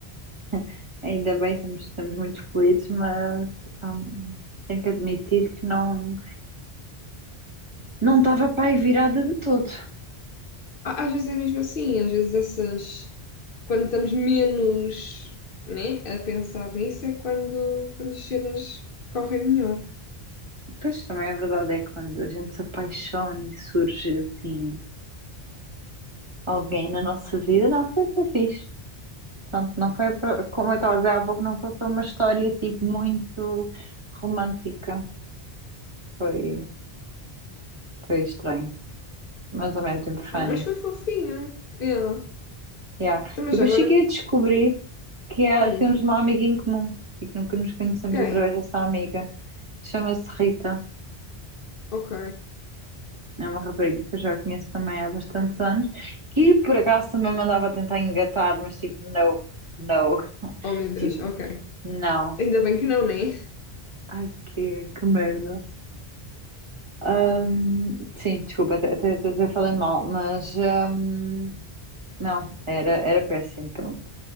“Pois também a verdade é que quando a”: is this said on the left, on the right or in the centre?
Right